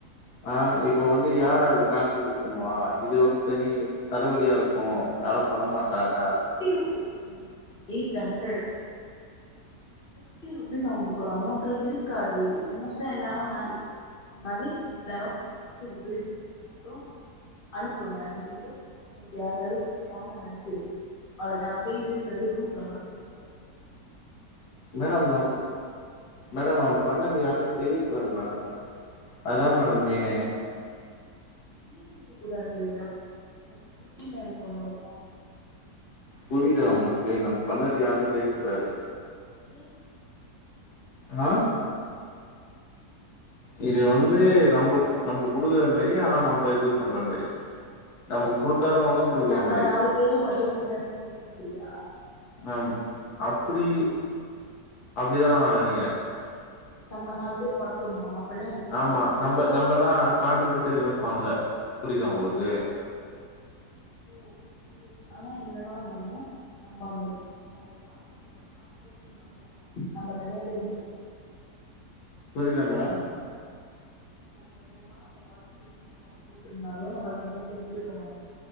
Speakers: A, on the left; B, on the left.
A: ஆ இப்ப வந்து யார் யார் அது காண்ட்ரிபியூட் பண்ணுவா இது வந்து தனி தலவலியா இரு க்கு யாரும் பண்ண மாட்டாங்க அப்
B: ஒகே ஓகே இ எயிட் ஹண்டரட் பிப்டி ருபீஸ் அவங்களுக்கு ஒரு அமௌண்டா இருக்காது மோஸ்ட்டா எல்லாரும் மார் இது மாரி இந்தரு பிப்டிருபீஸ் மட்டும் அனுப்புங்க அப்டின்ட்டு உங்களுக்கு யாருக்காவது ஒரு ஸ்கேனர் அனுப்பிடு அவ்ளோதான் பெய்டுன்றது குரூப்ல மட்டும் ஸ்கிரீன் சாட் போட்டு
A: மேடம் நா மேடம் அவன் பண்ணது யாருக்கும் தெரியக் கூடாது மேடம் அதான் மேடம் மெயின்னே
B: ஏன் தெரிய கூடாது அப் புரில எனக்கு உன்னோட கான்சப்ட்
A: புரிலயா உங்களுக்கு நம் பண்ணது யாருக்கும் தெரிய கூடாது
B: ஏன்
A: ஆ இது வந்து நம்போ நம்போ குடுக்குற மேரி ஆனா நம்ம இது பண்ற மேரி நம்ம குடுக்காதவங்க
B: நம்ம
A: மாரி
B: நாலு
A: இது
B: பேரும் மட்டும் இன்டன் இது பண்றியா
A: மேம் அப்டி அப்டிதான் நெனக்கிறேன்
B: நம்ம நாலு பேர் மட்டுமா அப்பன்னா எனக்கு ஓகே
A: ஆமா நம்ம நம்மதா கான்ட்ரிபியூட்டே எதுவுமே பண்ல புரிதா உங்களுக்கு
B: ஓ இ ஆனா என்னதான் இருந்தாலும் நம்ம அந்த அந்த வாட்சுக்கு நம்ம காசு கூட்ருந்தாலும் நம்ம தனியா தெரிஞ்சிருக்க மாட்டோ
A: புரில மேடம்
B: நம்ம என்னதான் அந்த வாட்ச் நம்ம காசு போட்டுருந்தாலும் நம்ம தனியா தெரிஞ்சிருக்க மாட்டோம்